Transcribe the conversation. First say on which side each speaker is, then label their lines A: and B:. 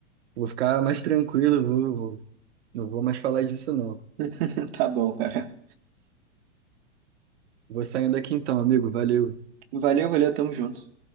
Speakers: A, on the right (about 70°); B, on the right (about 55°).
A: vou ficar mais tranquilo, vou, vou- não vou mais falar disso, não.
B: <laughs> Tá bom, cara.
A: Vou saindo aqui então, amigo. Valeu.
B: Valeu, valeu, tamo junto.